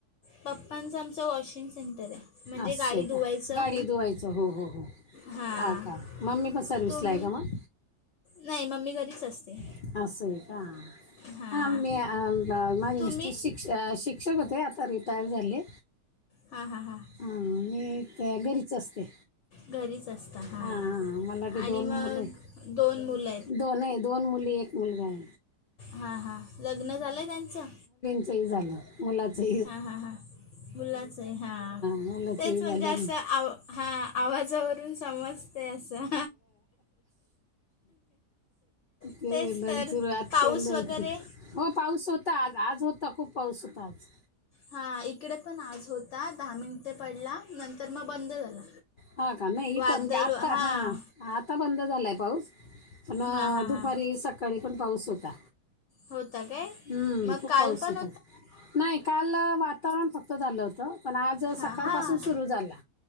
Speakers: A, on the left (about 60°); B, on the left (about 75°).
A: पप्पांच आमच वॉशिंग सेंटर आहे म्हणजे
B: असं
A: गाडी धुवायचं
B: का गाडी धुवायचं हो हो हो
A: हां
B: आ का मग ममी पण सर्विसला
A: तुम
B: आहे का मग
A: नाही मम्मी घरीच असते
B: अस असं का
A: हां
B: आ म माझे
A: तुम्ही
B: मिस्टर शिक शिक्षक होते आता रिटायर झाले
A: हां हां हां
B: हा मी घरीच असते
A: घरीच असता हां
B: हा हा, मला ते
A: आणि
B: दोन
A: मग
B: मुले
A: दोन मुलं
B: दोन दोन मुली एक मुलगाव
A: हा हा लग्न झालंय त्यांचं
B: तेही झालं मुलाचं
A: हां हां हां मुलांचं हां
B: मुलाचंही
A: तेच म्हणजे
B: झालं
A: असं
B: नाही
A: आव हा आवाजावरून समज ते असं
B: ते
A: तेच तर
B: सुरुवात
A: पाऊस
B: केली
A: वगैरे
B: हो हो पाऊस होता आज आज होता खूप पावसं, पाच
A: हा इकडे पण आज होता दहा मिनिटे पडला नंतर मग बंद झाला
B: हा का नाही
A: वादळ
B: इथं म्हणजे आत्ता
A: हां
B: हा आता बंद झाला आहे पाऊस पण
A: हां हां
B: दुपारी
A: हां
B: सकाळी पण पाऊस होता
A: होता काय
B: हम्म
A: मग
B: खूप
A: काल
B: पाऊस
A: पण
B: होता नाही काल वातावरण फक्त झालं होतं पण आज
A: हां
B: सकाळपासून
A: हां
B: सुरू झाला